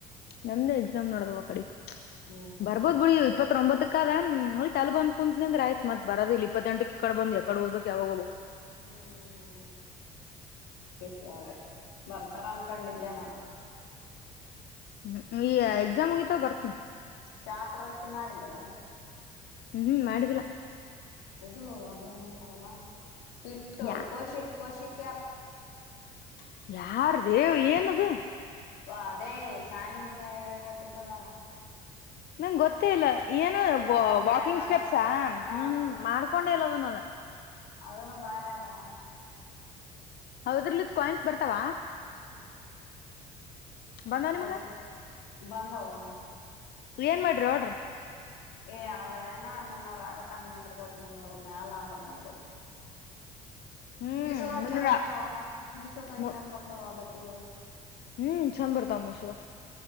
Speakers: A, on the left; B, on the left.
A: ನಮ್ದೇ ಎಕ್ಸಾಮ್ ನಾಡದಾವ್ ಅಕಡಿ.
B: ಹ್ಮ್ ಹ್ಮ್
A: ಬರ್ಬೋದ್
B: ಹ್ಮ್
A: ಬಿಡಿ
B: ಹ್ಮ್
A: ಇಪ್ಪತ್ತ್ರೊಂಬತ್ ಅದಕ ಅದ ಅದಕ ಅಲ್ಲಿ ಬಂದ್ ಕುಂತ್ನಿ ಅಂದ್ರ ಆಯತ್ ಬರದ ಇಲ್ಲಿ ಇಪ್ಪತ್ತೆಂಟಕ್ ಇಕಡಿ ಬಂದ್ ಎಕಡ್ ಓದ್ಬೇಕ್ ಯಾವಾಗ ಹೋಗ್ಬೇಕ.
B: ಹ್ಮ್ ಹ್ಮ ಹ್ಮ ಅದ್ಕೆ ಕೇಳ್ದೆ ಬರ್ತಾರ ಅನ್ಕೊಂಡಿದ್ದೆ ನಾ
A: ಹ್ಮ ಈ ಎಕ್ಸಾಮ್ಮ್ ಮುಗಿತಾವ್ ಬರ್ತನ.
B: ಶಾಪ್ರ ಅತ್ತಿ ಮಾಡಿದ್ಲೇನ್?
A: ಉಹುಂ ಮಾಡಿದಿಲ್ಲ.
B: ಇದು ಅದು ಎನಂತರವಾ. ಬಿಟ್ಟು
A: ಯಾ
B: ಕೋಶಿಕ್ ಕೋಶಿಕ್ <unintelligible>
A: ಯಾರ ದೇವ್ ಏನದು.
B: ಹ ಅದೇ ಸಾನಿಧ್ಯ ಹೇಳಿ ಕೊಟ್ಟಿದ್ದಳಲ್ಲ.
A: ನಂಗ್ಗ್ ಗೊತ್ತೇ ಇಲ್ಲ. ಏನು ವ
B: ನಡದ್ರೆ
A: ವಾಕಿಂಗ್
B: ನಡ
A: ಸ್ಟೆಪ್ಸಾ ಹ್ಮ್
B: ಹಾ
A: ಹ್ಮ ಮಾಡ್ಕೊಂಡ ಇಲ್ಲದನ್ನದ.
B: ಅದನೂ ಬಾರಿ ಆದವಾ.
A: ಔದರ್ಲಿತ ಕಾಯಿನ್ಸ್ ಬರ್ತಾವ?
B: ಹ್ಮ್
A: ಬಂದಾವ
B: ಕೊಶಿಕ್
A: ನಿಮಗ
B: ಬಂದವ ಬಂದವ.
A: ಏನ್ ಮಾಡ್ರಿ ಆರ್ಡ್ರ?
B: ಏ ಅದೇನ ಮುನ್ನೂರ್ ಆಗತ್ತನ್ ನಿಂದ್ರಬೇಕ ಮುನ್ನೂರ್ ಮ್ಯಾಲ ಆರ್ಡ್ರ ಮಾಡ್ಬೇಕ.
A: ಹ್ಮ್
B: ಮೀಿಸೋದಾಗ
A: ಮುನ್ನೂರ
B: ಚಂದ್ ಬರ್ತಾವ ಮೀಿಸೋದಾಗ
A: ಮ
B: ಚಂದ ಬರ್ತಾವ ಬಟ್ಟೆ <unintelligible>
A: ಹ್ಮ್ ಚಂದ ಬರ್ತ ಮಿಷುದಾಗ